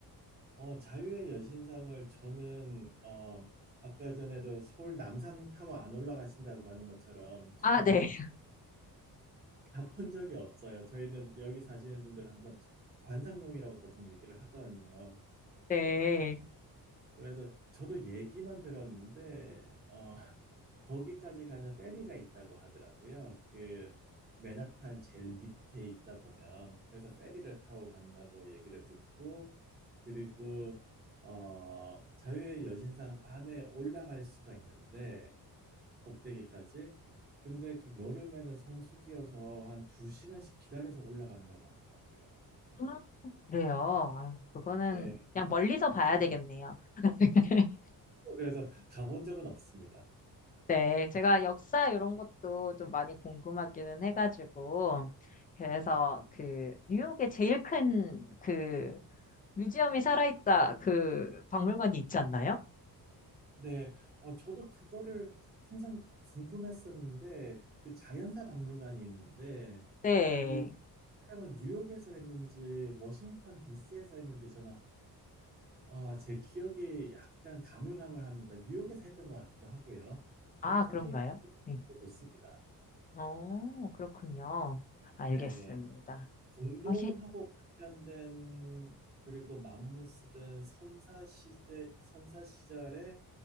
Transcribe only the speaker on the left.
아, 네. <laughs>
네.
아, 그래요. 아, 그거는
그냥 멀리서 봐야 되겠네요. <laughs>
네. 제가 역사 이런 것도 좀 많이 궁금하기는 해가지고. 그래서 그 뉴욕에 제일 큰 그 뮤지엄이 살아있다 그 박물관이 있지 않나요?
네.
아,
그런가요? 네.
어, 그렇군요. 알겠습니다.
어, 예.